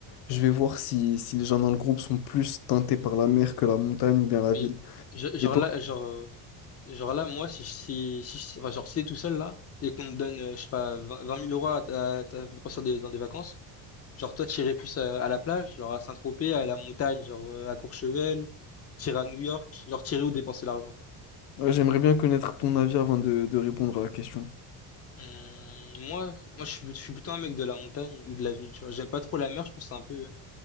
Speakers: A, on the left; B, on the left.
A: je vais voir si, si les gens dans le groupe sont plus tentés par la mer que la montagne ou bien la
B: Mais
A: ville.
B: je- genre
A: Et toi?
B: là, genre, euh, genre là, moi, si, si, si, si- enfin, genre, si t'es tout seul là, et qu'on te donne, euh, je sais pas, 20 20 000 euros à, à, à dépenser dans des, dans des vacances, genre, toi, t'irais plus à, à la plage, genre à Saint-Tropez, à la montagne, genre euh, à Courchevel, t'irais à New York, genre, t'irais où dépenser l'argent, quoi.
A: Ouais, J'aimerais bien connaître ton avis avant de, de répondre à la question.
B: Hum, moi, moi je suis, je suis plutôt un mec de la montagne ou de la ville, tu vois. J'aime pas trop la mer, je trouve que c'est un peu.